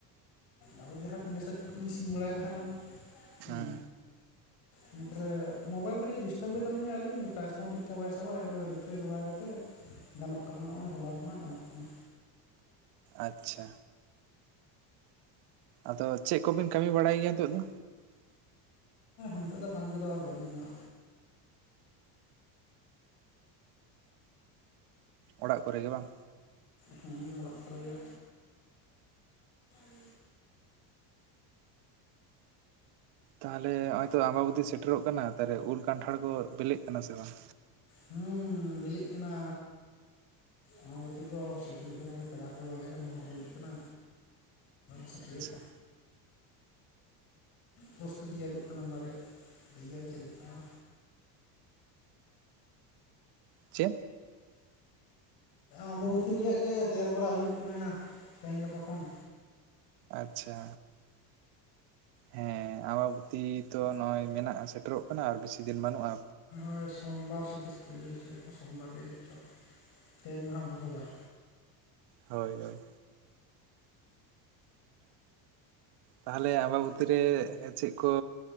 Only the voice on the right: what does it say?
ᱦᱩᱸ
ᱟᱪᱪᱷᱟ ᱟᱫᱚ ᱪᱮᱫ ᱠᱚᱵᱤᱱ ᱠᱟᱹᱢᱤ ᱵᱟᱲᱟᱭ ᱜᱮᱭᱟ ᱱᱤᱛᱚᱜ ᱫᱚ?
ᱚᱲᱟᱜ ᱠᱚᱨᱮ ᱜᱮ ᱵᱟᱝ?
ᱛᱟᱦᱚᱞᱮ ᱱᱚ-ᱚᱭᱛᱚ ᱟᱢᱵᱟᱵᱚᱛᱤ ᱥᱮᱴᱮᱨᱚᱜ ᱠᱟᱱᱟ ᱛᱟᱦᱞᱮ ᱩᱞ ᱠᱟᱱᱴᱷᱟᱲ ᱠᱚ ᱵᱤᱞᱮᱜ ᱠᱟᱱᱟ ᱥᱮ ᱵᱟᱝ?
ᱟᱪᱪᱷᱟ
ᱪᱮᱫ
ᱟᱪᱪᱷᱟ ᱦᱮᱸ ᱟᱢᱵᱟᱵᱚᱛᱤ ᱛᱚ ᱱᱚᱜᱼᱚᱭ ᱢᱮᱱᱟᱜᱼᱟ ᱥᱮᱴᱮᱨᱚᱜ ᱠᱟᱱᱟ ᱟᱨ ᱵᱮᱥᱤ ᱫᱤᱱ ᱵᱟᱹᱱᱩᱜᱼᱟ᱾
ᱦᱳᱭ ᱦᱳᱭ ᱛᱟᱦᱚᱞᱮ ᱟᱢᱵᱟᱵᱫᱤᱨᱮ ᱪᱮᱫ ᱠᱚ